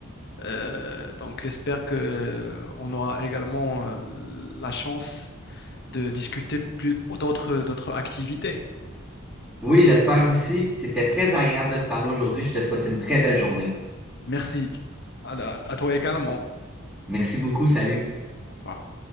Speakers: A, on the left (about 55°); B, in the centre.
A: Euh, donc, j'espère que euh, on aura également euh, la chance de discuter plus d'autres, d'autres activités.
B: Oui, j'espère aussi. C'était très agréable de te parler aujourd'hui. Je te souhaite une très belle journée.
A: Merci à, la- à toi également.
B: Merci beaucoup. Salut.
A: Au revoir.